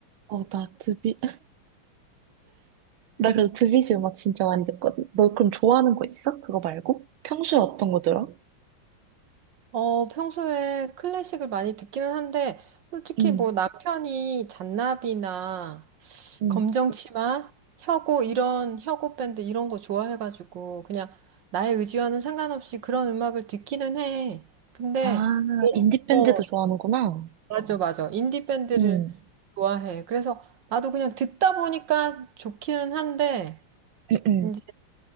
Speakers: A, on the right (about 85°); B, on the right (about 65°).
A: 어, 나 드뷔, 나 그래서 드비지 음악 진짜 많이 듣거든. 너 그럼 좋아하는 거 있어? 그거 말고? 평소에 어떤 거 들어?
B: 어, 평소에 클래식을 많이 듣기는 한데, 솔직히
A: 응,
B: 뭐 남편이 잔나비나
A: 응.
B: 검정치마, 혁오 이런 혁오 밴드 이런 거 좋아해가지고 그냥 나의 의지와는 상관없이 그런 음악을 듣기는 해. 근데
A: 아, 인디밴드도
B: 어,
A: 좋아하는구나.
B: 맞아, 맞아. 인디 밴드를
A: 응,
B: 좋아해. 그래서 나도 그냥 듣다 보니까 좋기는 한데,
A: 응, 응.
B: 이제